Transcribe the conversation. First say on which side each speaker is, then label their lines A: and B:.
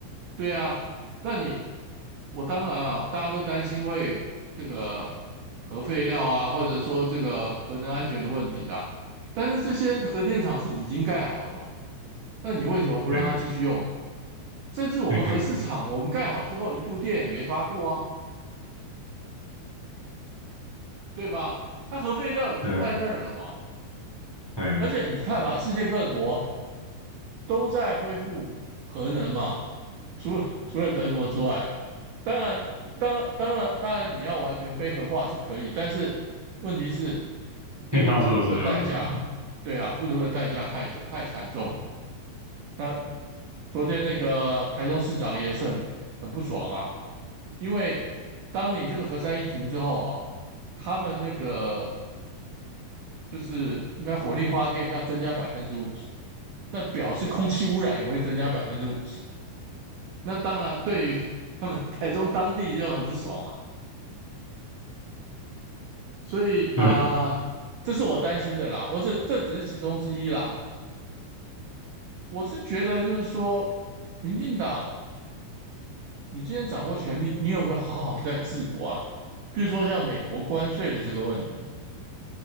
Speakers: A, on the right (about 70°); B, on the right (about 20°).
A: 对啊，那你我当然啊，大家都担心会这个核废料啊，或者说这个核能安全的问题啊，但是这些核电厂是已经盖好的嘛。那你为什么不让它继续用？
B: 对，
A: 甚至我们核市场，
B: <laughs> 嘿嘿，
A: 我们盖好之后一度电也没发过啊，对吧？它核废料已经在那儿了嘛。
B: 对啊，哎，
A: 而且你看嘛，世界各国都在恢复核能嘛，除了除了德国之外了当然，当当然当然你要完全非核化是可以，但是问题是
B: 配套措施要有啊，
A: 这个代价，对啊，付出的代价太太惨重了。那昨天那个台中市长也是很很不爽啊，因为当你这个核三一停之后啊，他们那个就是应该火力发电要增加百分之五十，那表示空气污染也会增加百分之五十。那当然对于他们台中当地就很不爽啊，所以啊、
B: 对啊，
A: 呃这是我担心的啦。我这这只是其中之一啦。我是觉得就是说，民进党你今天掌握权力，你有没有好好在治国啊？比如说像美国关税的这个问题，